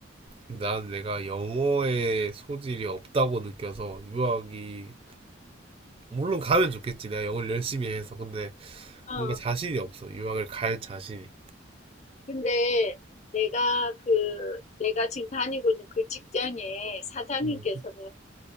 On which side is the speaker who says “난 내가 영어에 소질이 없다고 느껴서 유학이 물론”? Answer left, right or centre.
Right